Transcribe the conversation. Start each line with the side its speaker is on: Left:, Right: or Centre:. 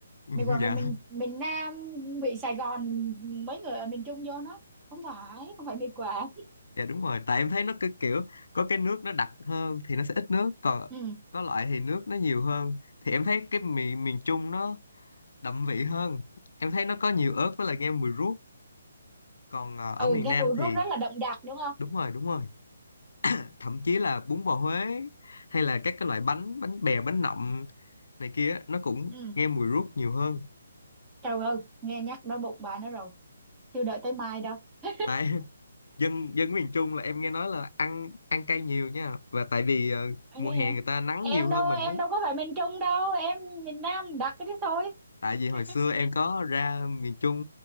Left: <laughs>
Right: mình vào người
Left: dạ
Right: miền miền Nam bị Sài Gòn mấy người ở miền Trung vô nó không phải không phải mì quảng
Left: dạ đúng rồi tại em thấy nó cứ kiểu có cái nước nó đặc hơn thì nó sẽ ít nước còn
Right: ừ
Left: có loại thì nước nó nhiều hơn thì em thấy cái miền miền Trung nó đậm vị hơn em thấy nó có nhiều ớt với lại nghe mùi ruốc còn à, ở
Right: ừ
Left: miền
Right: nghe
Left: Nam
Right: mùi
Left: thì
Right: nước rất là đậm đặc đúng không
Left: đúng rồi đúng rồi thậm chí là bún bò Huế hay là các cái loại bánh bánh bèo bánh nậm này kia á, nó cũng
Right: ừ
Left: nghe mùi ruốc nhiều hơn
Right: trời ơi nghe nhắc đói bụng bà nó rồi chưa đợi tới mai đâu <laughs>
Left: tại dân dân miền Trung là em nghe nói là ăn ăn cay nhiều nha và tại vì ờ,
Right: Anh
Left: mùa
Right: cái
Left: hè
Right: gì
Left: người ta nắng
Right: em
Left: nhiều hơn
Right: đâu
Left: mình
Right: em
Left: đó
Right: đâu có phải miền Trung đâu em miền Nam đặc cái đó thôi
Left: tại vì hồi
Right: <laughs>
Left: xưa em có ra miền Trung